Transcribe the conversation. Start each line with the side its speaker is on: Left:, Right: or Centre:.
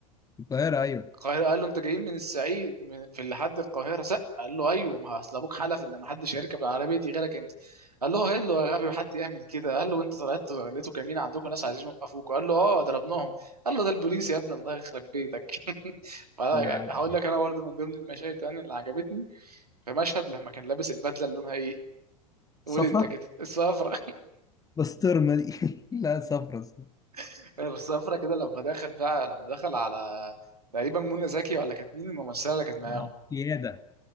Left: القاهرة ايوه
Right: القاهره قال له انت جايين من الصعيد من... في لحد القاهره زق قال له ايوه ما اصل ابوك حلف ان ما حدش هيركب العربيه دي غيرك انت قال له هيلو يا غبي حد يعمل كده قال له انت طلعت لقيتوا كمين عندكم ناس عايزين يوقفوك قال له اه ضربناهم قال له ده البوليس يا ابني الله يخرب بيتك <laughs> فلا
Left: لا
Right: يعني
Left: لا
Right: هقول لك انا برضو من ضمن المشاهد يعني اللي عجبتني في مشهد لما كان لابس البدله اللي لونها ايه
Left: <laughs> صفرة
Right: قول انت كده الصفرة
Left: بسطرمة دي <laughs> لا صفرا صفرا.
Right: <laughs> الصفرة كده لما دخل بقى لما دخل على تقريبا منى زكي ولا كانت مين الممثله اللي كانت معاهم
Left: آه، سياده